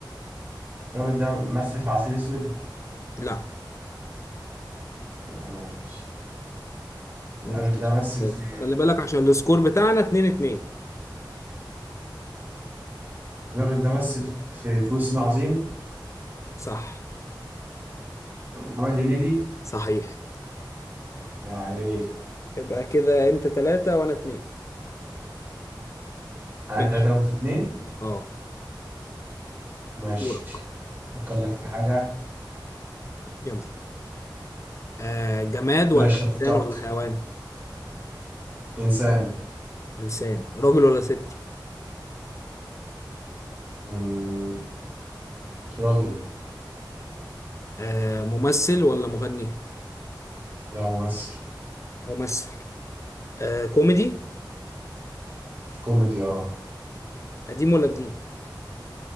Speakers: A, on the right (about 25°); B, on the left (about 40°).
A: الراجل ده مثل في عسل اسود
B: لا
A: يبقى ماشي
B: ما
A: الراجل
B: مسكتش
A: ده مثل في
B: خلي بالك عشان السكور بتاعنا 2 2
A: الراجل ده مثل في فلوس العظيم
B: صح
A: محمد هنيدي
B: صحيح
A: ايوه عليك
B: يبقى كده انت ثلاثة وانا اتنين
A: انا
B: ماشي
A: تلاته وانت اتنين
B: اه
A: ماشي
B: دورك
A: افكر لك في حاجه
B: يلا آه جماد ولا
A: ماشي أنا فكرت
B: انسان ولا حيوان
A: انسان
B: انسان راجل ولا ست
A: مم. راجل
B: آه ممثل ولا مغني
A: لا ممثل
B: ممثل آه كوميدي
A: كوميدي اه
B: قديم ولا جديد